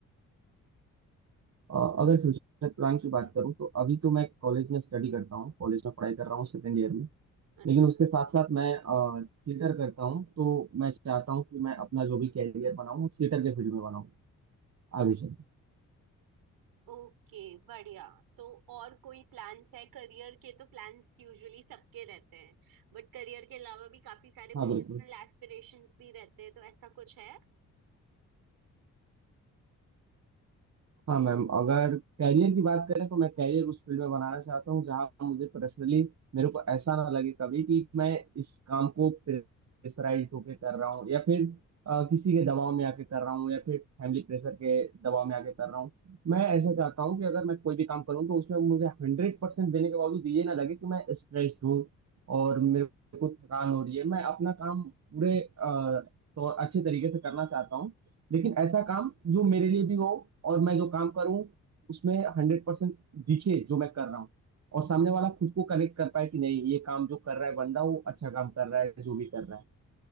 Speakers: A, on the right (about 50°); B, on the right (about 85°).
A: और अगर फ्यूचर प्लान की बात करूँ तो अभी तो मैं कॉलेज में स्टडी करता हूँ कॉलेज में पढ़ाई कर रहा हूँ सेकेंड ईयर में
B: अच्छा
A: लेकिन उसके साथ साथ मैं थिएटर करता हूँ तो मैं चाहता हूँ कि मैं अपना जो भी कैरियर बनाऊँ थिएटर के फील्ड में बनाऊँ आगे चल
B: ओके बढ़िया तो और कोई प्लान्स है करियर के तो प्लान्स यूजुअली सबके रहते हैं बट करियर के अलावा भी काफी सारे
A: हाँ बिल्कुल
B: पर्सनल एस्पिरेशंस भी रहते हैं तो ऐसा कुछ है
A: हाँ मैम अगर कैरियर की बात करें तो मैं कैरियर उस फील्ड में बनाना चाहता हूँ जहाँ मुझे पर्सनली मेरे को ऐसा ना लगे कभी कि मैं इस काम को प्रेशराइज होके कर रहा हूँ या फिर अ, किसी के दबाव में आके कर रहा हूँ या फिर फैमिली प्रेशर के दबाव में आके कर रहा हूँ मैं ऐसा चाहता हूँ कि अगर मैं कोई भी काम करूँ तो उसमें मुझे हंड्रेड परसेंट देने के बावजूद ये ना लगे कि मैं स्ट्रेस्ड हूँ और मेरे को थकान हो रही है मैं अपना काम पूरे अ, तो अच्छे तरीके से करना चाहता हूँ लेकिन ऐसा काम जो मेरे लिए भी हो और मैं जो काम करूं उसमें हंड्रेड परसेंट दिखे जो मैं कर रहा हूं और सामने वाला खुद को कनेक्ट कर पाए कि नहीं ये काम जो कर रहा है बंदा वो अच्छा काम कर रहा है जो भी कर रहा है